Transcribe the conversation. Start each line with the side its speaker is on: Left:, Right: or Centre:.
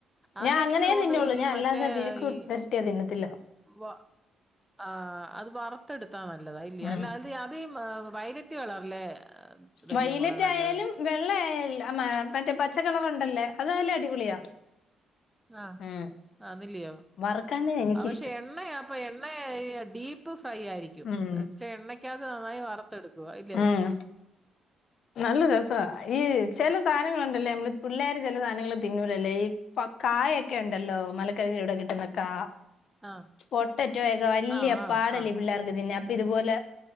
Centre: അതെനിക്ക്
Left: ഞാൻ അങ്ങനേ
Centre: തോന്നുന്നു
Left: തിന്നുള്ളൂ
Centre: ഈ
Left: ഞാൻ
Centre: മറ്റേ
Left: അല്ലാതെ വിഴുക്ക്
Centre: ഈ
Left: പെരട്ടിയാ തിന്നത്തില്ല
Centre: വ ആഹ് അത് വറ ത്ത്ട്ത്താ നല്ലത ഇല്ല്യേ
Left: ഉം
Centre: അല്ല അത് അതീ വയലറ്റ് കളറിലെ ഇതല്ലിയോ
Left: വൈലറ്റായാലും
Centre: മോളെ നല്ലത്
Left: വെള്ളായാൽ ആ മാ മറ്റേ പച്ചക്കളറ്ണ്ടല്ലേ അതല്ല അടിപൊളിയാ.
Centre: ആഹ്
Left: ഉം.
Centre: ആന്നില്ല്യോ
Left: വറുക്കാനേ എനിക്കിഷ്ടം
Centre: ആഹ് പക്ഷേ എ ണ്ണയാപ്പ എണ്ണേ ഡീപ്പ് ഫ്രൈയായിരിക്കും
Left: ഉം.
Centre: ച്ചെ എണ്ണക്കാത്ത് നന്നായി വറ്ത്തെട് ക്കുവായില്ലേ?
Left: ഉം. നല്ല രെസ ഈ ചെല സാനങ്ങള്ണ്ടല്ലേ നമ്മള് പിള്ളേര് ചെലെ സാനങ്ങള് തിന്നൂലല്ലേ ഈ പ്പ കായെക്കെണ്ടല്ലോ മലക്കറിയുടെ കിട്ടുന്ന കാ
Centre: ആഹ്
Left: പൊട്ടറ്റോയക്കെ വല്ല്യ
Centre: ആഹ് ആഹ്
Left: പാടല്ലേ
Centre: ആഹ്
Left: പിള്ളാർക്ക് തിന്നാൻ അപ്പിത്പോലെ